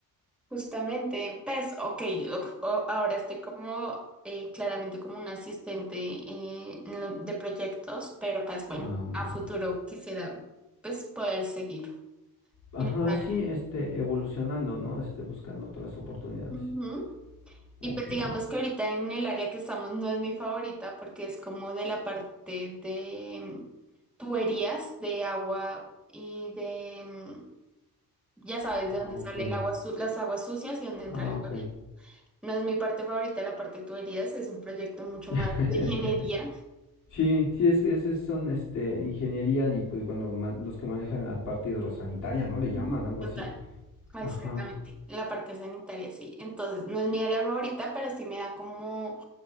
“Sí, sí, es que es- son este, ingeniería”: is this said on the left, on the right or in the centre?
Left